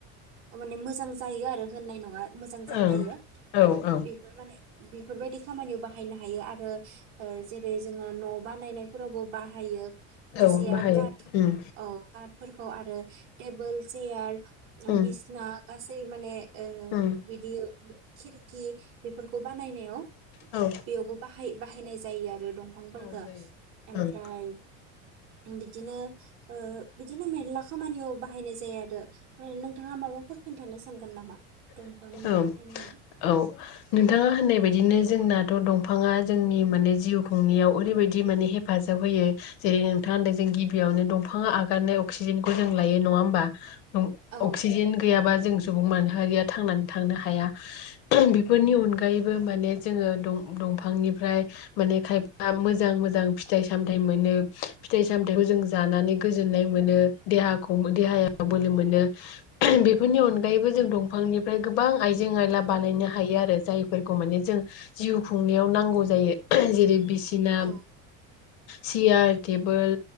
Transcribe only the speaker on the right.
माने मोजां जायो आरो होननाय नङा मोजां जाखायो
बेफोर माने बेफोरबायदि खामानियाव बाहायनो हायो हायो आरो जेरै जोङो न' बानायनायफोरावबो बाहायो खायसेया
काट
औ कार्टफोरखौ आरो टेबोल सेयार
बिसना गासै माने
बिदि खिरखि बेफोरखौ बानायनायाव
बेयावबो बाहायो बाहायनाय जायो आरो दंफांफोरखौ
ओमफ्राय
बि बिदिनो बिदिनो मेरला खामानियाव बाहानाय जायो <unintelligible> नोंथाङा माबाफोर खोन्थानो सानगोन नामा दंफां
बाहायनायनि
औ
औ
औ